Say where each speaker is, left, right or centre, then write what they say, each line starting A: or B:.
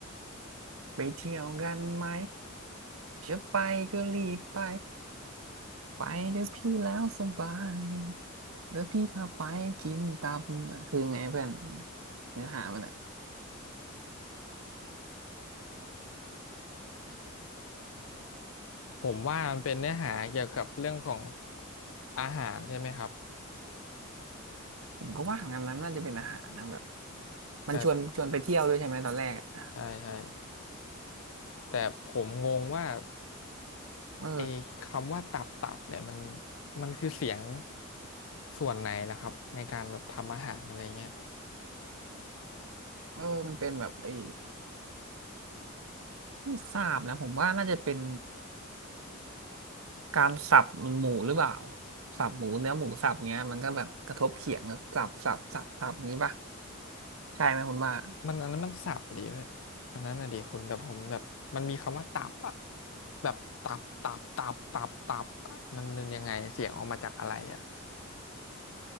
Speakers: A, on the right; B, on the left.
A: ไปเที่ยวกันไหมจะไปก็รีบไปไปเดี๋ยวพี่แล้วสบายเดี๋ยวพี่พาไปกินตับอ่ะคือไงเพื่อนเนื้อหามันอ่ะ
B: ผมว่ามันเป็นเนื้อหาเกี่ยวกับเรื่องของอาหารใช่ไหมครับ
A: ผมก็ว่างั้นนั้นน่าจะเป็นอาหารนะแบบมันชวนชวนไปเที่ยวด้วยใช่ไหมตอนแรกอ่ะ
B: แต่ใช่ใช่แต่ผมงงว่า
A: เออ
B: ไอ้คำว่าตับตับเนี่ยมันมันคือเสียงส่วนไหนล่ะครับในการแบบทำอาหารอะไรเงี้ย
A: เออมันเป็นแบบไอ้ไม่ทราบนะผมว่าน่าจะเป็นการสับมันหมูหรือเปล่าสับหมูเนื้อหมูสับเงี้ยมันก็แบบกระทบเขียงก็สับสับสับสับอย่างงี้ป่ะใช่ไหมคุณว่า
B: มันอันนั้นมันสับดีเว้ยอันนั้นน่ะดีคุณแต่ผมแบบมันมีคำว่าตับอะแบบตับตับตับตับตับอะมันเป็นยังไงเสียงออกมาจากอะไรอะ